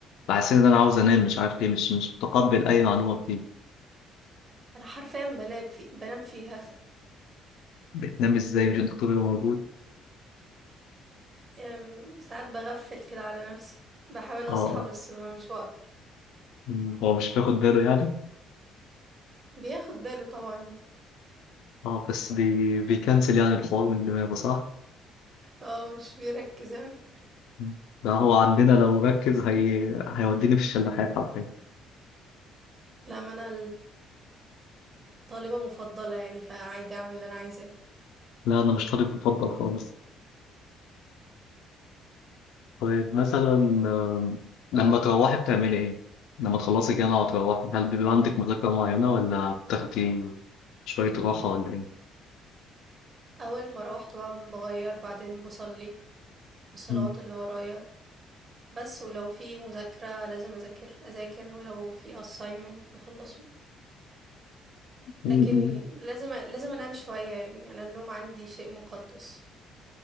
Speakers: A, on the left; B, on the right.
A: بحس ان انا عاوز انام مش عارف ليه مش مش متقبل اي معلومة بتيجي
B: انا حرفيا بنام في بنام فيها <laughs>
A: بتنام ازاي مش الدكتور اللي موجود
B: أم، ساعات بغفل كده على نفسي بحاول اصحى
A: اه آه.
B: بس مش بقدر
A: مم، هو مش بياخد باله يعني
B: بياخد باله طبعا يعني
A: اه بس بي... بيكنسل يعني الحوار من دماغه صح؟
B: اه مش بيركز اوي
A: مم. ده هو عندنا لو ركز هي... هيوديني في الشلاحات حرفيا
B: لا ما انا الطالبة مفضلة يعني فعادي اعمل اللي انا عايزاه
A: لا انا مش طالب مفضل خالص طيب مثلا آم، لما تروحي بتعملي ايه لما تخلصي الجامعه وتروحي هل بيبقى عندك مذاكره معينه ولا بتاخدي شويه راحه ولا ايه
B: اول ما اروح طبعا بغير بعدين بصلي الصلوات
A: مم.
B: اللي ورايا بس ولو في مذاكرة لازم اذاكر اذاكر ولو في assignment بخلصه
A: مم.
B: لكن
A: مم.
B: لازم لازم انام شوية يعني انا النوم عندي شيء مقدس